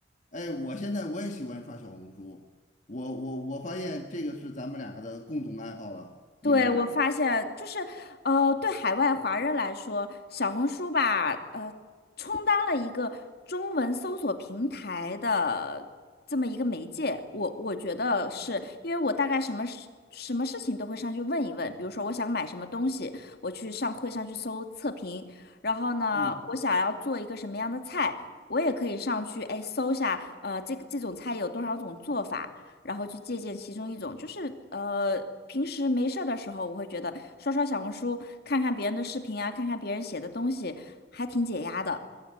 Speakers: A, on the left; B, on the left.
A: 哎，我现在我也喜欢刷小红书，我我我发现这个是咱们两个的共同爱好了，
B: 对，
A: 应该是。
B: 嗯我发现就是，呃，对海外华人来说，小红书吧，呃，充当了一个中文搜索平台的这么一个媒介。我我觉得是因为我大概什么事什么事情都会上去问一问，比如说我想买什么东西，我去上会上去搜测评，然后呢，
A: 嗯，
B: 我想要做一个什么样的菜，我也可以上去哎搜一下，呃，这个这种菜有多少种做法。然后去借鉴其中一种，就是呃，平时没事儿的时候，我会觉得刷刷小红书，看看别人的视频啊，看看别人写的东西，还挺解压的，